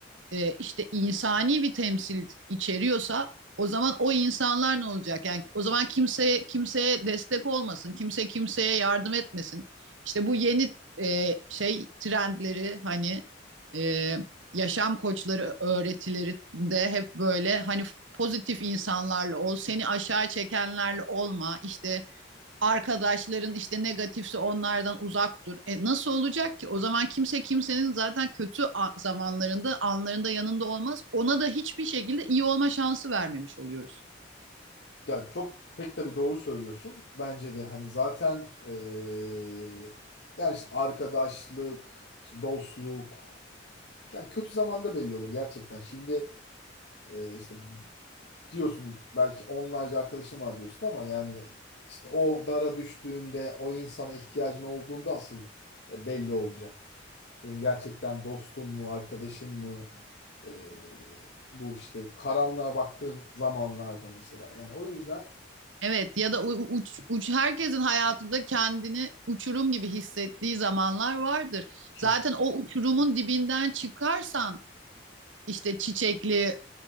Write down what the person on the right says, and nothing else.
e, işte insani bir temsil içeriyorsa o zaman o insanlar ne olacak? Yani o zaman kimseye kimseye destek olmasın, kimse kimseye yardım etmesin. İşte bu yeni e, şey trendleri hani e, yaşam koçları öğretilerinde hep böyle hani pozitif insanlarla ol, seni aşağı çekenlerle olma, işte arkadaşların işte negatifse onlardan uzak dur. E nasıl olacak ki? O zaman kimse kimsenin zaten kötü zamanlarında, anlarında yanında olmaz. Ona da hiçbir şekilde iyi olma şansı vermemiş oluyoruz.
Evet ya da u- uç, uç herkesin hayatında kendini uçurum gibi hissettiği zamanlar vardır.
Zaten o uçurumun dibinden çıkarsan işte çiçekli